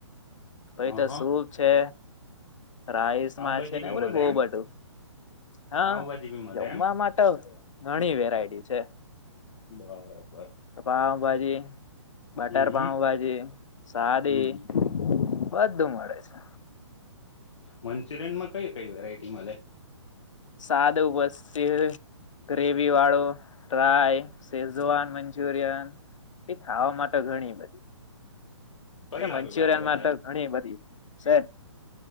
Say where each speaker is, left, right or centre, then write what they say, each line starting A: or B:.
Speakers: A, on the left; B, on the left.
A: પાઈ
B: હ
A: તો
B: હ
A: સૂપ છે. રાઈસ
B: પાઉભાજી
A: માં છે નેવું
B: બી મળે
A: બહુ
B: એમ
A: બધું. હા
B: પાઉભાજી બી મળે
A: જમવા
B: એમ
A: માટે. ઘણી વેરાયટી છે.
B: બરાબર.
A: પાઉભાજી બટર
B: હમ
A: પાઉ
B: હમ
A: ભાજી સાદી
B: હમ
A: બધુ બધું મળે છે.
B: મંચુરિયન માં કઈ કઈ વેરાયટી મળે.
A: સાદુ બસર ગ્રેવી વાળો ડ્રાય શેઝવાન મંચુરિયન એ ખાવા માટે ઘણી બઘી
B: કયું
A: મંચુરિયન
B: સારું લાગે વધારે
A: માં તો ઘણી બધી. સર